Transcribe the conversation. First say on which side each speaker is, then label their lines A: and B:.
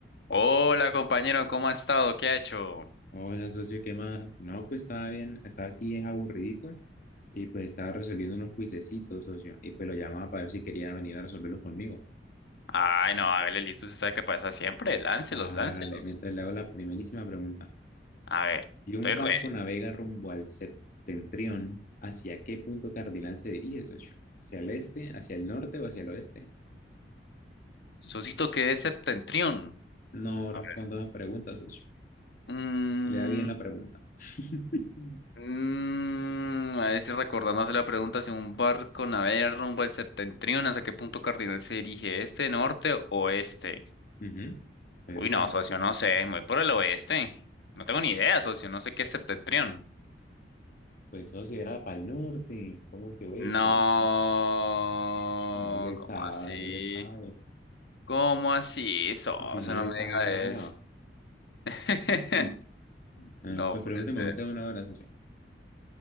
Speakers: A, on the left (about 70°); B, on the left (about 50°).
A: Hola compañero, ¿cómo ha estado? ¿Qué ha hecho?
B: Hola, socio, ¿qué más? No, pues estaba bien, estaba aquí es aburridito y pues estaba resolviendo unos cuisecitos, socio, y pues lo llamaba para ver si quería venir a resolverlos conmigo.
A: Ay, no, hágale listo, usted sabe qué pasa siempre. Láncelos,
B: Hágale,
A: láncelos.
B: mientras le hago la primerísima pregunta.
A: A ver,
B: ¿Y un
A: estoy
B: barco
A: ready.
B: navega rumbo al septentrión? ¿Hacia qué punto cardinal se dirige, socio? ¿Hacia el este, hacia el norte o hacia el oeste?
A: Susito qué es septentrión.
B: No
A: A
B: respondo
A: ver.
B: a esa pregunta, socio.
A: Mm,
B: Lea bien la pregunta. <laughs>
A: mm, a ver si recordándose la pregunta si un barco navega rumbo al septentrión, ¿hasta qué punto cardinal se dirige? ¿Este, norte, oeste?
B: Ujú. Pues
A: Uy,
B: diga,
A: no,
B: socio.
A: socio, no sé, muy por el oeste. No tengo ni idea, socio, no sé qué es septentrión.
B: Pues socio, era para el norte, ¿cómo que oeste?
A: No,
B: No le
A: ¿cómo
B: sabe,
A: así?
B: no le sabe.
A: ¿Cómo así? Eso,
B: Si
A: eso
B: no
A: no
B: le
A: me
B: sabe,
A: diga
B: no le mueva.
A: eso. <laughs>
B: <laughs> Ah,
A: No
B: pues
A: puede
B: pregúnteme
A: ser.
B: usted una hora, socio.